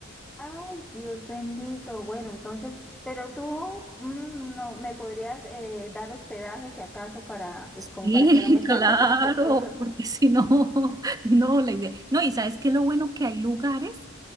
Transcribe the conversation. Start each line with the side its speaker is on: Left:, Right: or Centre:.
Centre: Ay, Dios bendito. Bueno, entonces, pero tú mm, no me podrías eh, dar hospedaje si acaso para, pues
Right: Sí,
Centre: como para que no me salga
Right: <laughs> claro,
Centre: tan costoso.
Right: porque si no, <laughs> no, la idea. No, y sabes qué lo bueno que hay lugares